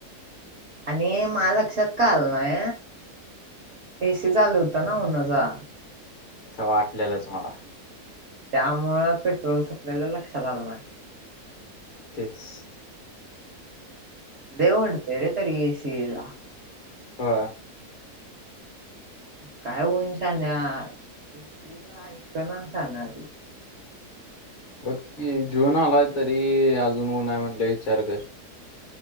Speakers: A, on the right; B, on the left.
A: आणि म लक्षात का आल नाय एसी चालू होत ना म्ह - माझा.
B: तर वाटलेलंच मला
A: त्यामुळे पेट्रोल सप्लायला लक्षात आलं नाय?
B: तेच
A: लय ओडते रे तरी ए सीला
B: ह
A: काय होऊन साण्याे तर ऐक ना सणारी
B: बग की जिऊन आलाय तरी अजून नाही म्हणले विचार कर